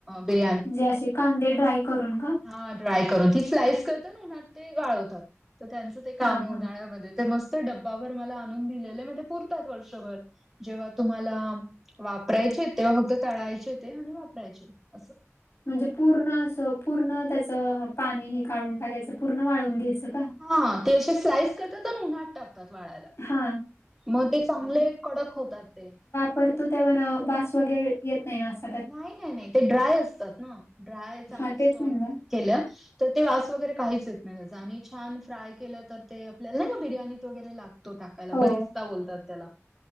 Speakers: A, in the centre; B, on the left.
A: बि
B: म्हणजे असे कांदे ड्राय करून का?
A: हा ट्राय करून स्लाईस उन्हात ते वाळवतात त्यां, काम
B: हा
A: आहे
B: हा.
A: उन्हाळ्यामध्ये ते मस्त डबावर मला आणून दिलेले म्हणजे पुरतात वर्षभर. जेव्हा तुम्हाला वापरायचे तेव्हा फक्त तळायचे ते आणि वापरायचे असं.
B: म्हणजे पूर्ण असं पूर्ण त्याचं पाणी हे काढून टाकायचं पूर्ण वाळून घ्यायचं का
A: हा ती असे स्लाइस करत उन्हटक वाला
B: हा
A: मग ते चांगले कडक होतात ते.
B: परतो तेवान वास वगैरे येत नाही असं,
A: नाही नाही नाही ते ड्राय असतात ना ड्राय चांगले
B: हा
A: स्टोर
B: तेच म्हणलं.
A: केलं तर ते वास वगैरे काहीच येत नाही जनी छान फ्राय केलं तर ते आपल्याला बिर्याणीत वगैरे लाग तो टाकायला
B: हो
A: बरीचदा बोलतात त्याला